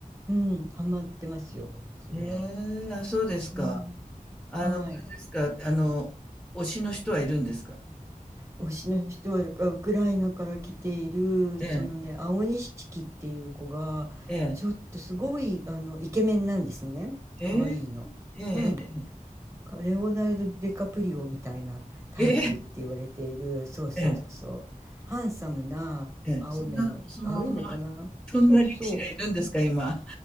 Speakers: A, on the right; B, in the centre.
A: うん、ハマってますよ、それは。
B: ええ。ええ、あ、そうですか。
A: うん、
B: あの、
A: はい。
B: あれですか、あの、推しの人はいるんですか？
A: 推しの人はだからウクライナから来ているそのね青錦っていう子がちょっとすごいあのイケメンなんですね可愛いの。
B: ええ、ええ、ええ、
A: うん
B: え
A: かレオナルド・デカプリオみたいなタイプって言われているそうそうそうハンサムな青目の青い目かなそうそう
B: ええ、ええ、ええ。ええ、そんなお相撲のまま、そんな力士がいるんですか、今。